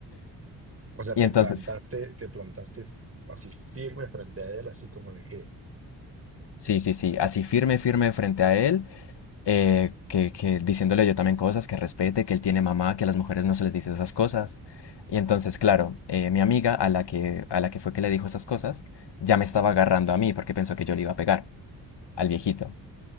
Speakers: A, on the right; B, on the left.
A: O sea,
B: Y
A: te
B: entonces,
A: plantaste, te plantaste así firme frente a él, así como de qué.
B: sí, sí, sí, así firme, firme frente a él. eh, que, que diciéndole yo también cosas, que respete, que él tiene mamá, que a las mujeres no se les dice esas cosas. Y entonces, claro, eh, mi amiga a la que, a la que fue que le dijo esas cosas, ya me estaba agarrando a mí porque pensó que yo le iba a pegar al viejito.